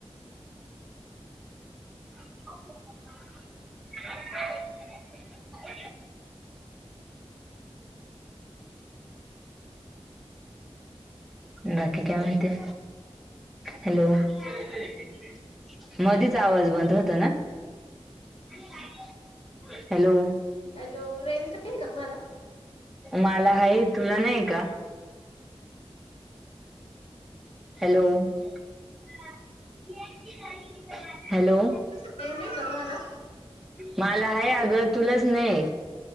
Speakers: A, in the centre; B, on the left (about 85°).
A: <unintelligible> बाकी काय माहितेय? हॅलो. <unintelligible> मधीच आवाज बंद होतो ना? <unintelligible> हॅलो.
B: हॅलो, रेंज नाही का तुम्हाला?
A: मला हाय, तुला नाही का? Hello, <unintelligible> hello.
B: <unintelligible> रेंज नाही का तुम्हाला?
A: माला हाय आगं, तुलाच नाय.